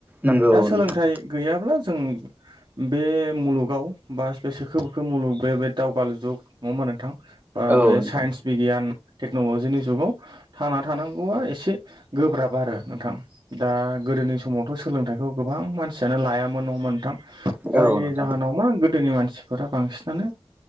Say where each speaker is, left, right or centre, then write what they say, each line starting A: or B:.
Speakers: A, on the right (about 15°); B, on the right (about 50°).
A: नंगौ
B: दा सोलोंथाइ
A: नोंथां
B: गैयाब्ला जों बे मुलुगाव बा बे सोखो बोखो मुलुग बेबा दावगालु जुग नङा होमबा नोंथां बा
A: औ
B: बे
A: नोंथां
B: साइन्स बिगियान टेक्न'ल'जिनि जुगाव। थांना थानांगौआ एसे गोब्राब आरो नोंथां। दा गोदोनि समावथ' सोलोंथाइखौ गोबां मानसियानो लायामोन नङा होमबा नोंथां।
A: औ
B: जायनि
A: नोंथां
B: जाहोनाव मा गोदोनि मानसिफोरा बांसिनानो